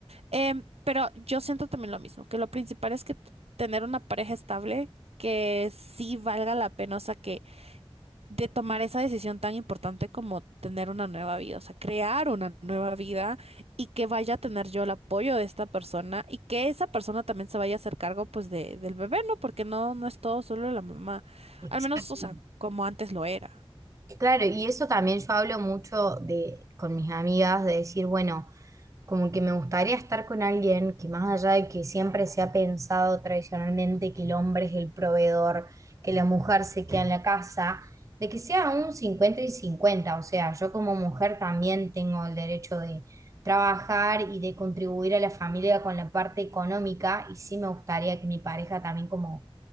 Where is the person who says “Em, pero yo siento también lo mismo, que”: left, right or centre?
Right